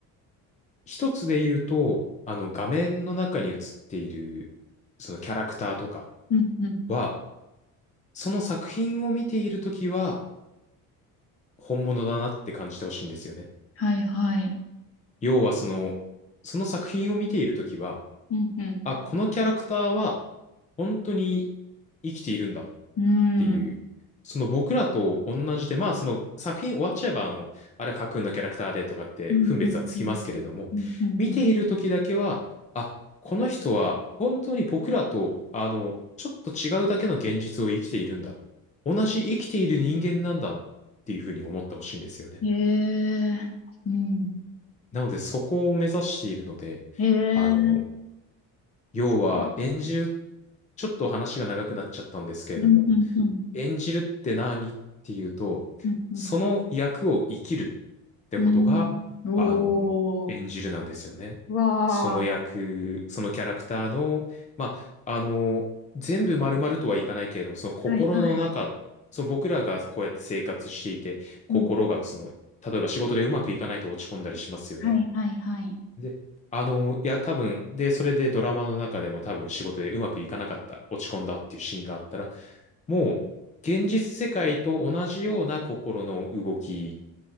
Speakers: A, on the left (about 20°); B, on the left (about 40°).
A: 一つで言うと、あの、画面の中に映っている、そのキャラクターとか
B: うんうん。
A: は、その作品を見ているときは、本物だなって感じてほしいんですよね。
B: はい。はい。
A: 要はその、その作品を見ているときは、
B: うんうん。
A: あ、このキャラクターは本当に生きているんだっ
B: う
A: ていう、
B: ん。
A: その僕らと同じで、まあその作品終わっちゃえば、あの、あれは架空のキャラクターでとかって分別はつきますけれども、
B: うんうんうんうんうんう
A: 見ているときだけは、あ、この人は本当に僕らと、あの、ちょっと違うだけの現実を生きているんだ。同じ生きている人間なんだっていうふうに思ってほしいんですよね。
B: ん。ええ。うん。
A: なのでそこを目指しているので、
B: ええ。
A: あの、要は演じる、
B: う
A: ちょっと話が長くなっちゃったんですけれども、
B: んうんうん。
A: 演じるって何っていうと、
B: うん、うん、
A: その役を生きるってことが、
B: うん。おー、
A: あの、演じるなんですよね。
B: うわー
A: その役、そのキャラクターの、まあ、あの、全部丸々とはいかないけれども、その心の中、
B: はいはい、
A: その僕らがこうやって生活していて、心がその、
B: うん、
A: 例えば仕事でうまくいかないと落ち込んだりしますよね。
B: はいはいはい、
A: で、あの、いや、多分、で、それでドラマの中でも多分仕事でうまくいかなかった、落ち込んだっていうシーンがあったら、もう、現実世界と同じような心の動き